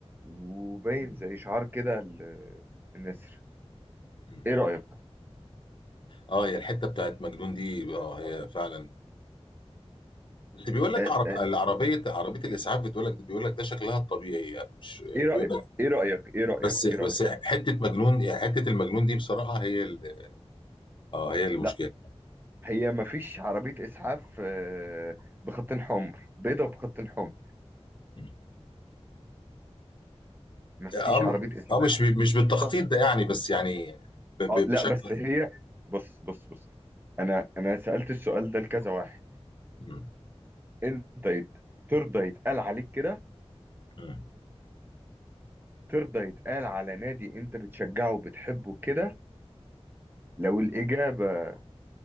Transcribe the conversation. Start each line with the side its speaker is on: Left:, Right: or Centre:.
Right: وباين زي شعار كده ال- آه، النسر
Left: مم.
Right: إيه رأيك؟
Left: اه هي الحتة بتاعت مجنون دي اه هي فعلا بس بيقول لك
Right: آه،
Left: عرب...
Right: آه،
Left: العربية عربية الإسعاف بتقول لك بيقول لك ده شكلها الطبيعي يعني مش بيقول
Right: إيه رأيك؟
Left: لك
Right: إيه رأيك؟ إيه رأيك؟
Left: بس بس
Right: إيه رأيك؟
Left: حتة مجنون يعني حتة المجنون دي بصراحة هي ال... اه هي المشكلة
Right: لا هي مفيش عربية إسعاف آه، بخطين حمر بيضة بخطين حمر
Left: مم.
Right: مفيش
Left: اه م-
Right: عربية إسعاف
Left: اه مش ب... مش بالتخطيط
Right: بيضة
Left: ده يعني بس يعني ب... ب...
Right: آه لا
Left: بشكل
Right: بس هي بص بص بص أنا أنا سألت السؤال ده لكذا واحد
Left: مم.
Right: انت يت... ترضى يتقال عليك كده
Left: مم.
Right: ترضى يتقال على نادي انت بتشجعه وبتحبه كده لو الاجابه